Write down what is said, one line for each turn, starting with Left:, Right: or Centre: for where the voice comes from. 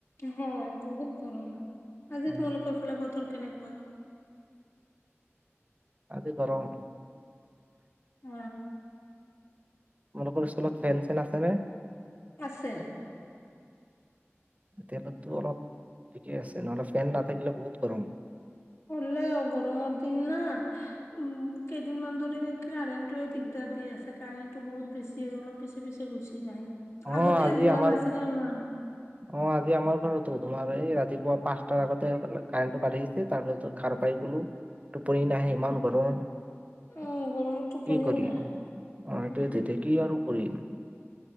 Left: হয় বহুত গৰম আজি
Right: অ'
Left: তোমালোকৰ ফালে বতৰ কেনেকুৱা।
Right: আজি গৰম
Left: উ
Right: তোমালোকৰ স্কুলত ফেন চেন আছে নে?
Left: আছে।
Right: তেতিয়া হ'লে অলপ ঠিকে আছে নহ'লে ফেন নাথাকিলে বহুত গৰম।
Left: হলোঁও গৰমৰ দিন না উ কেইদিনমান ধৰি কাৰণ্টটোৱে দিগদাৰ। দি আছে কাৰেণ্টটো বহুত বেছি হয় অলপ পিছে পিছে গুচি যায়।
Right: অ'
Left: আগতে
Right: আজি
Left: যোৱা
Right: আমাৰ
Left: নাছিলে ইমান।
Right: অ আজি আমাৰ ঘৰতো তোমাৰ এই ৰাতিপুৱা পাঁচটাৰ আগতে কাৰেণ্টটো কাটি দিছে তাৰপিছত ঘাৰ সাপাই গলো টোপনি নাহে ইমান গৰম।
Left: অ'
Right: কি
Left: গৰমত টোপনিয়ে
Right: কৰি
Left: নাহে।
Right: অ
Left: উম,
Right: এটো তেতি কি আৰু কৰিম